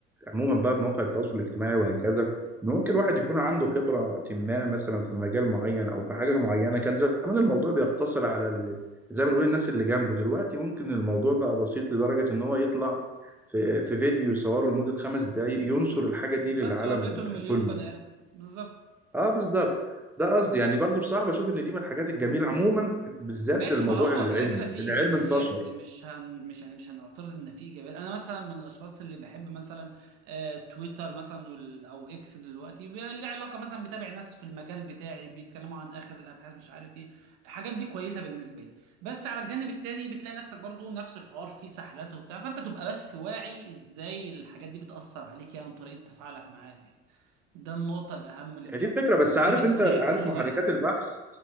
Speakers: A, in the centre; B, on the right.
A: عموما بقى بمواقع التواصل الاجتماعي وهكذا ممكن الواحد يكون عنده خبرة ما مثلا في مجال معين أو في حاجة معينة كان زمان الموضوع بيقتصر على ال... زي ما نقول الناس اللي جنبه دلوقتي ممكن الموضوع بقى بسيط لدرجة إن هو يطلع في, في فيديو يصوره لمدة خمس دقايق ينشر الحاجة دي
B: بس
A: للعالم
B: وريته المليون
A: كله
B: بني ادم بالظبط
A: اه بالظبط ده قصدي يعني برضو بصراحة بشوف إن دي من الحاجات الجميلة عموما بالذات
B: ماشي
A: الموضوع
B: ما هو
A: العلمي
B: كده كده في ايجابيات
A: العلم انتشر
B: مش هن مش يعني مش هنعترض ان في ايجابيات انا مثلا من الاشخاص اللي بحب مثلا آه تويتر مثلا وال- او اكس دلوقتي ب- اللي علاقه مثلا بتابع ناس في المجال بتاعي بيتكلموا عن اخر الابحاث مش عارف ايه الحاجات دي كويسه بالنسبه لي بس على الجانب التاني بتلاقي نفسك برضو نفس الحوار فيه سحلاته وبتاع فانت تبقى بس واعي ازاي الحاجات دي بتاثر عليك يعني وطريقه تفاعلك معاها يعني ده النقطه الاهم اللي بشوف
A: هي دي الفكرة بس عارف
B: دي مسؤوليه
A: انت
B: كل
A: عارف محركات
B: واحد
A: البحث